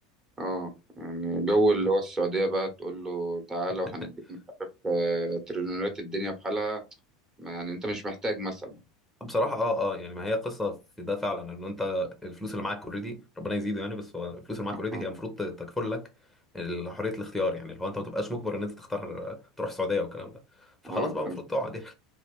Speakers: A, on the right; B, in the centre.
A: اه يعني جو اللي هو السعوديه بقى تقول له تعالى
B: <laughs>
A: وهنديك مش عارف آه، تريليونات الدنيا في حالها ما- يعني انت مش محتاج مثلا
B: بصراحة اه اه يعني ما هي قصة في ده فعلا ان انت الفلوس اللي معاك اوريدي ربنا يزيده يعني بس هو الفلوس اللي معاك اوريدي
A: اه
B: هي المفروض تكفل لك ال- حرية الاختيار يعني اللي هو انت ما تبقاش مجبر ان انت تختار آه، تروح السعودية والكلام ده فخلاص
A: آه، انت
B: بقى المفروض
A: مش
B: تقعد يعني